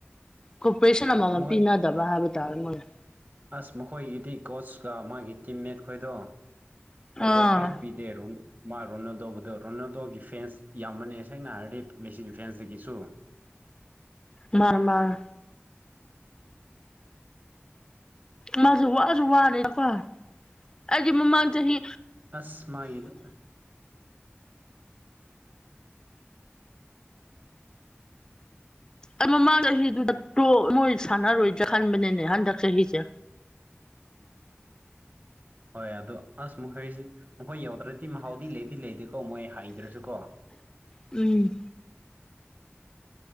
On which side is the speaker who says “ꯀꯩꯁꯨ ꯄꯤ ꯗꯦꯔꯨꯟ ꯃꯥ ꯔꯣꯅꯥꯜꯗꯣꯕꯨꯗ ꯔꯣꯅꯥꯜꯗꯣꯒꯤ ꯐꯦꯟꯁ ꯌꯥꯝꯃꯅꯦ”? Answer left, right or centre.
Right